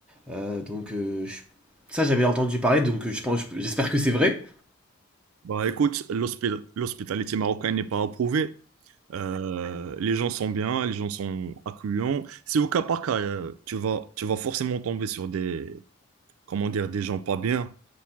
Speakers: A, in the centre; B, on the right.
A: Euh, donc euh, je- ça j'avais entendu parler, donc euh, je pense, j'espère que c'est vrai.
B: Bah, écoute, l'hospi- l'hospitalité marocaine n'est pas approuvée. Euh, les gens sont bien, les gens sont accueillants. C'est au cas par cas. euh, tu vas, tu vas forcément tomber sur des, comment dire, des gens pas bien.